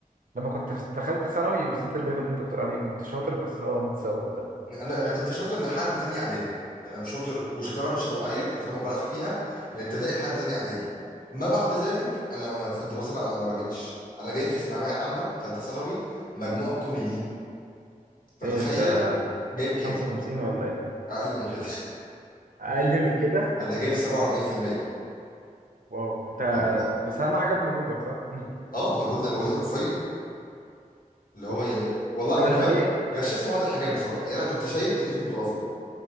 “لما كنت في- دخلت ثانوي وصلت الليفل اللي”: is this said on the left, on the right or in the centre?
Right